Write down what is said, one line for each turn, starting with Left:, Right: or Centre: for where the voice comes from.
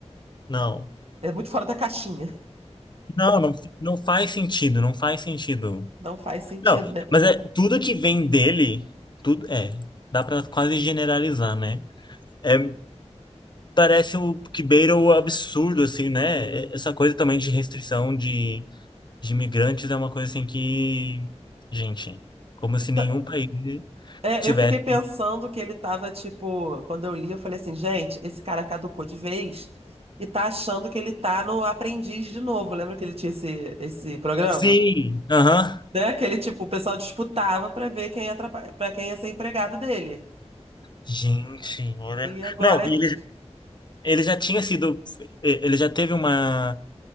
Left: Não.
Right: É muito fora da caixinha.
Left: Não, não, não faz sentido, não faz sentido.
Right: Não faz sentido,
Left: Não,
Right: né?
Left: mas é tudo que vem dele, tudo é, dá pra quase generalizar, né? É, parece o que beira o absurdo, assim, né? É, Essa coisa também de restrição de de imigrantes é uma coisa assim que, gente, como se
Right: Então,
Left: nenhum país
Right: é,
Left: tivesse.
Right: eu fiquei pensando que ele tava, tipo, quando eu li, eu falei assim, gente, esse cara caducou de vez e tá achando que ele tá no Aprendiz de novo. Lembra que ele tinha esse, esse programa?
Left: Sim, aham.
Right: né? Aquele tipo, o pessoal disputava pra ver quem ia traba- pra quem ia ser empregado dele.
Left: Gente, olha.
Right: E agora
Left: Não,
Right: é.
Left: e
Right: ti-
Left: ele, ele já tinha sido. Ele já teve uma,